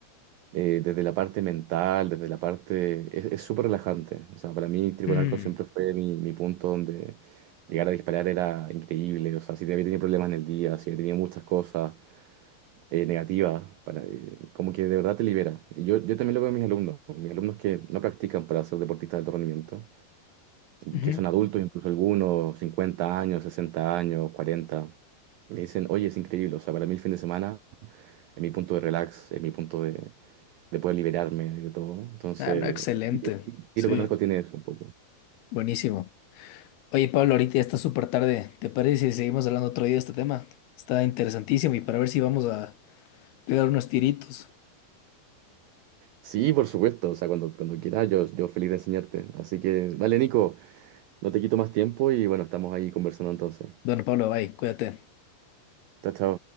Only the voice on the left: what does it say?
Mm,
ujú.
Ah, no, excelente. Sí,
buenísimo. Oye, Pablo, ahorita ya está súper tarde. ¿Te parece si seguimos hablando otro día de este tema? Está interesantísimo y para ver si vamos a pegar unos tiritos.
Bueno, Pablo, bye, cuídate.